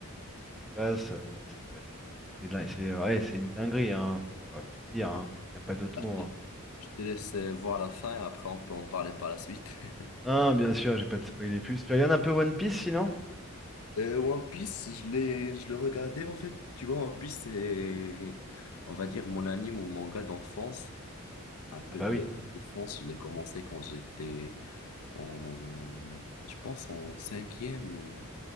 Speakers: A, in the centre; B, on the left (about 80°).
A: tout ce qui se passe. euh, c'est- C'est de la- c'est ouais, c'est une dinguerie, hein, faut, euh, faut le dire, hein. Il n'y a pas d'autre
B: Bah,
A: mot.
B: Je
A: hein.
B: te je te laisse euh, voir la fin et après on peut en parler par la suite. <laughs>
A: Ah, bien sûr, j'ai pas de spoiler plus. Tu regardes un peu One Piece sinon?
B: Euh, One Piece, je l'ai, je le regardais en fait. Tu vois, One Piece, c'est, on va dire, mon anime ou manga d'enfance. Un peu
A: Ah bah
B: de-
A: oui,
B: d'enfance. Je l'ai commencé quand j'étais en, je pense, en cinquième ou